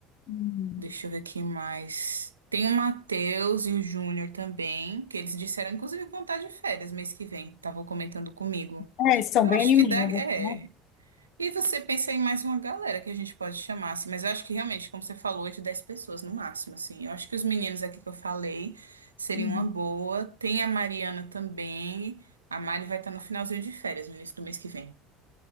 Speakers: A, on the left (about 50°); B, on the right (about 85°).
A: Hum.
B: deixa eu ver aqui mais. Tem o Matheus e o Júnior também, que eles disseram, inclusive, que vão estar de férias mês que vem. Estavam comentando comigo.
A: É, eles são
B: Eu
A: bem
B: acho
A: animados,
B: que dá, é.
A: né?
B: E você pensa em mais uma galera que a gente pode chamar, assim, mas eu acho que realmente, como você falou, 8, 10 pessoas no máximo, assim. Eu acho que os meninos aqui que eu falei seriam
A: Uhum.
B: uma boa. Tem a Mariana também. A Mari vai estar no finalzinho de férias, no início do mês que vem.